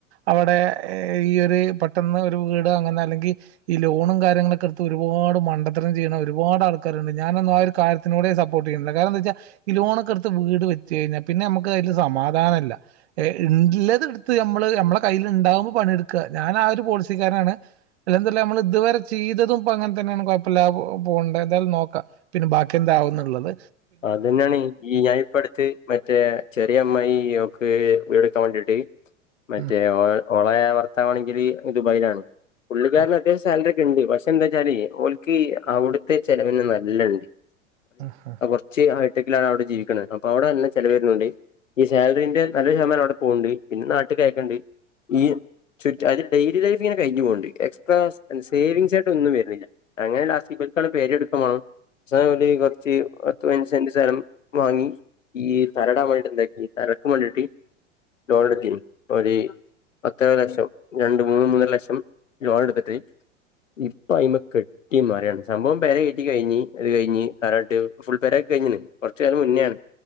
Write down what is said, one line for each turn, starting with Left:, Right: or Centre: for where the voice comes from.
Right: അവിടെ ഈ ഒരു പെട്ട വീട് അങ്ങനെ അല്ലെങ്കിൽ ഈ ലോണും കാര്യങ്ങളൊക്കെ എടുത്ത് ഒരുപാട് മണ്ടത്തരം ചെയ്യണം ഒരുപാ ആൾക്കാരുണ്ട് ഞാനന്നും ആ ഒരു കാര്യനോടെ സപ്പോർ് ചെയ്യണ്ട കാരണംന്താ വെച്ചാൽഈ ലോണക്കെടുത്ത് വീട് വെച്ച് കഴഞ്ഞാ പിന്നെ നമുക്ക് അതിൽ സമാധാനല്ലഎ ണ്ട് ഉള്ളത് എടുത്ത് നമ്മള് നമ്മളെ കയ്യിൽ ഉണ്ടാകുമ്പോൾപണിയെടുക്ക ഞാൻ ആ ഒരു പോളിസിക്കാരാണ് അല്ല എന്തല്ല നമ്മൾ ഇതുവരെ ചെയ്തും ഇപ്പ അങ്ങനെ തന്നെയാണ് കുഴപ്പില്ല പോ ണ്ടായിര്ന്നേലും നോക്കാം പിന്നെ ബാക്കി എന്താകുന്നുുള്ളത്
Left: അതെ ന്നേണ് ഈ ഞാൻ ഇപ്പ അടുത്ത് മ മറ്റേ ചെറിയ അമ്മായി ഒക്ക് വീടെടുക്കാൻ വേണ്ടിട്ട് മറ്റേ
Right: ഉം
Left: ഓളർ വാണെങ്കിൽ ദുബായിലാണ് പുള്ളിക്കാരന്
Right: ആ
Left: അത്യാവശ്യ സാലറി ണ്ട് പക്ഷെ എന്താ വെച്ചാല് ഓൽക്ക് അവിടുത്തെ ചെലവന്നെ നല്ലണ്ട്
Right: അ ഹ
Left: ച്ച് ഹയ്ടെക്കിലാണ് അവിടെ ജീവിക്കുന്നത് അപ്പൊ അവിടെല്ല ചിലവരരുന്നുണ്ട് ഈ സാലറിന്റെ നല്ലരു ശതമാനം അവിടെ പോവ്ണ്ട് പിന്നെ നാട്ട് കയക്കണ്ട് ഈ ചുറ്റ് അൽ ഡെയിലി ലൈഫ് ഇങ്ങന കഴിഞ്ഞു പോകണ്ട് എക്സ്ട്രാ സേവിസ്ായിട്ട് ഒന്നും വരുന്നില്ല അങ്ങനെ ലാസ് ൽകാടെ പേര്ടുക്കും മാണം കുറച്ച് പത്ത് പയിനന്ജ് സെന്റ് സ്ഥലം വാങ്ങി ഈ തരടാൻ വേണ്ടി്ന്താക്കി തരക്ക് വേണ്ടിട്ട് ലോഡത്തിൻ ഒരു പത്തേ ലക്ഷം രണ്ട മൂന്ന് മൂന്നര ലക്ഷം ലോൺ എടുത്തിട്ട് ഇപ്പ അയി്മ കെട്ടി മാറിയാണ് സംഭവം പേരെ കെട്ടി കഴിഞ് അത് കഴിഞ്ഞ് തരട്ട് ഫുൾ പരക്കി കഴിഞ്ണ് കുറച്ച കാലം മുന്നെണ്